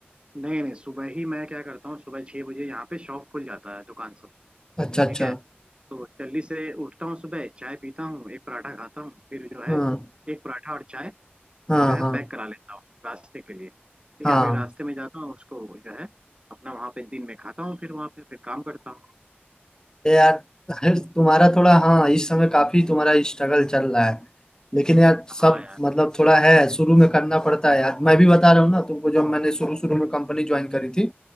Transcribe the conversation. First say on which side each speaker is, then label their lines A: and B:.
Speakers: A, on the right (about 25°); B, on the left (about 20°).
A: नहीं नहीं सुबह ही मैं क्या करता हूँ सुबह छह बजे यहाँ पे शॉप खुल जाता है दुकान सब
B: अच्छा अच्छा
A: ठीक है तो जल्दी से उठता हूँ सुबह चाय पीता हूँ एक पराठा खाता हूँ फिर जो है
B: हाँ
A: एक पराठा और चाय
B: हाँ
A: जो है
B: हाँ
A: पैक करा लेता हूँ रास्ते के लिए ठीक
B: हाँ
A: है फिर रास्ते में जाता हूँ उसको जो है अपना वहाँ पे दिन में खाता हूँ फिर वहाँ पे फिर काम करता हूँ
B: ये यार <laughs> तुम्हारा थोड़ा हाँ इस समय काफी तुम्हारा स्ट्रगल चल रहा है लेकिन यार सब
A: हाँ यार
B: मतलब
A: वही तो
B: थोड़ा है शुरू में करना पड़ता है यार मैं भी बता रहा हूँ ना तुमको जब मैंने शुरू शुरू में कंपनी ज्वाइन करी थी